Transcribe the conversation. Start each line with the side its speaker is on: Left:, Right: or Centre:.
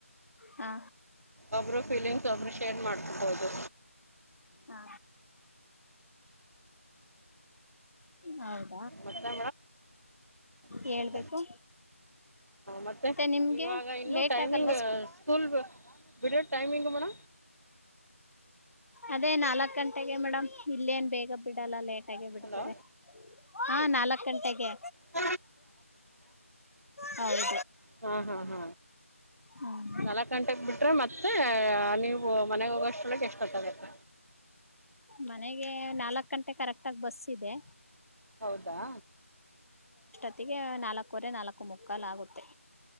Left: ಹಾ
Right: ಒಬ್ಬರು ಫೀಲಿಂಗ್ಸ್ ಒಬ್ಬರು ಶೇರ್ ಮಾಡ್ಕೊಬೋದು.
Left: ಹಾ ಇ ಹೌದು.
Right: ಮತ್ತೆ ಮೇ
Left: ಹೇಳ್ಬೇಕು
Right: ಹ ಮತ್ತೆ
Left: ನಿಮ್ಗೆ
Right: ಇವಾಗ ಇನ್ನು
Left: ಲೇಟ್
Right: ಟೈಮಿಂಗ್
Left: ಆಗಲ್ವಾ
Right: ಸ್ಕೂಲ್ ಬಿಡ ಟೈಮಿಂಗ ಮೇಡ
Left: ಅದೇ ನಾಲ್ಕಕ್ ಗಂಟೆಗೆ ಮೇಡಮ್ ಇಲ್ಲೇನ್ ಬೇಗ ಬಿಡಲ್ಲ ಲೇಟ್ ಬಿಡ್ತಾರೆ
Right: ಹಲೋ
Left: ಹ ನಾ ಗಂಟೆಗೆ
Right: ನ
Left: ಹೌದು
Right: ಹ ಹ ಹ
Left: ಹ್ಮ್
Right: ನ ಗಂಟೆಗೆ ಬಿಟ್ರೆ ಮ ನೀ ಮನೆ ಹೋಗೋಷ್ಟ್ರೊಳಗ್ ಎಷ್ಟೊತ್ತಾಗತ್ತ?
Left: ಮನೆಗೆ ನಾಲ್ಕ್ ಗಂಟೆ ಕರೆಕ್ಟ್ ಆಗ ಬಸ್ ಇದೆ.
Right: ಹೌದಾ
Left: ಮತ್ತಿಗೆ ನಾಲ್ಕವರೆ ನಾಲ್ಕು ಮುಕ್ಕಾಲ್ ಆಗುತ್ತೆ.